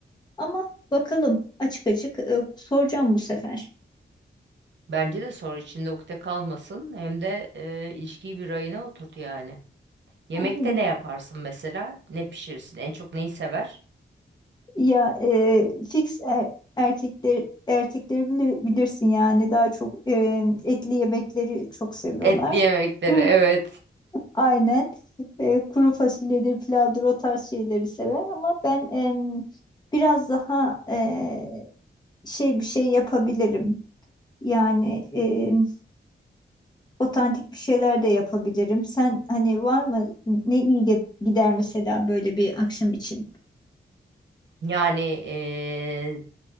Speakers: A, on the left; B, on the right.
A: Ama bakalım açık açık e, soracağım bu sefer.
B: Bence de soru içinde ukde kalmasın. Hem de e, ilişkiyi bir rayına oturt yani. Yemekte
A: Yani.
B: ne yaparsın mesela? Ne pişirirsin? En çok neyi sever?
A: Ya e, fix e- erkekler erkekleri bili- bilirsin yani daha çok e, etli yemekleri çok seviyorlar.
B: Etli yemekleri
A: <laughs>
B: evet.
A: Aynen. E, kuru fasulyedir, pilavdır o tarz şeyleri sever ama ben em, biraz daha e, şey bir şey yapabilirim. Yani em, otantik bir şeyler de yapabilirim. Sen hani var mı ne iyi ge- gider mesela böyle bir akşam için?
B: Yani e,